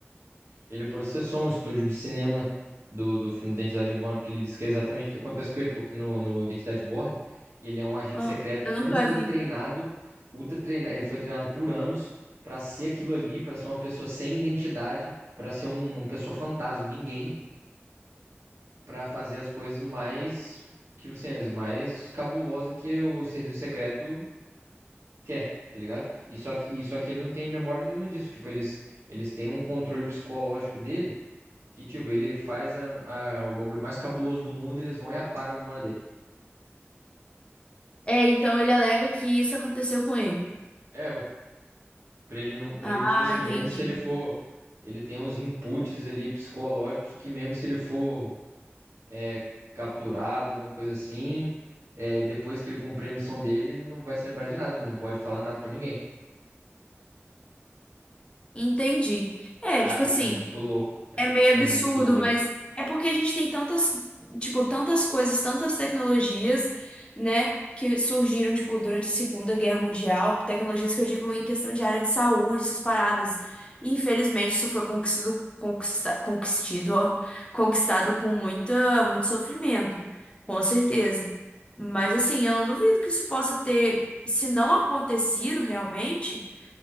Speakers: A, on the right; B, on the left.
A: Ele processou um estúdio de cinema do, do filme Identidade Bourne, porque ele disse que é exatamente o que acontece com ele, porque no, no Identidade Bourne, ele é um agente
B: Ah,
A: secreto
B: eu nunca
A: ultra
B: vi.
A: treinado, ultra treinado, ele foi treinado por anos para ser aquilo ali, para ser uma pessoa sem identidade, para ser um- uma pessoa fantasma, um ninguém, para fazer as coisas mais, tipo assim, as mais cabulosa que o serviço secreto quer. Tá ligado? E só que, e só que ele não tem memória nenhuma disso. Tipo, eles, eles têm um controle psicológico dele que, tipo, ele faz a- a- o bagulho mais cabuloso do mundo e eles vão e apagam a memória dele.
B: É, então ele alega que isso aconteceu com ele.
A: É, ué. Pra ele não. Pra
B: Ah,
A: ele, tipo assim,
B: entendi.
A: mesmo se ele for. Ele tem uns inputs ali psicológicos que, mesmo se ele for é, capturado, alguma coisa assim, é, depois que ele cumprir a missão dele, ele não vai se lembrar de nada, ele não pode falar nada pra ninguém.
B: Entendi. É,
A: Cara,
B: tipo assim,
A: isso é muito louco, velho.
B: é meio
A: É
B: absurdo,
A: muito doido.
B: mas é porque a gente tem tantas, tipo, tantas coisas, tantas tecnologias, né, que surgiram, tipo, durante a Segunda Guerra Mundial, tecnologias que eu digo em questão de área de saúde, essas paradas. E, infelizmente, isso foi conquistado, conquista, conquistido, ó, conquistado com muita, muito sofrimento, com certeza. Mas, assim, eu não duvido que isso possa ter, se não acontecido realmente